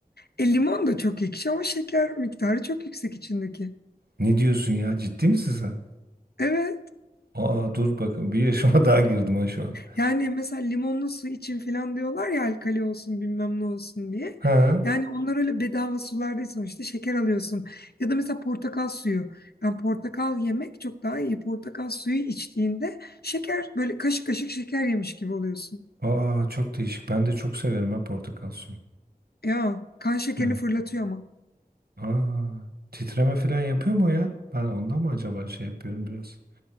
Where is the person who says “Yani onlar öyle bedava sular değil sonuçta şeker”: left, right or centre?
Left